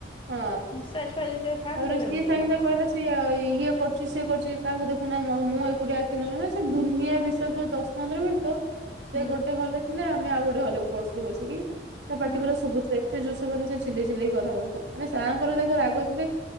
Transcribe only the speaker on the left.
ହିଂସା ଛୁଆ ଯେତେବେଳେ ଥାଆନ୍ତି
ସବୁ
ଏମିତିଆ
କାମ
ହୁଁ
ହୁଁ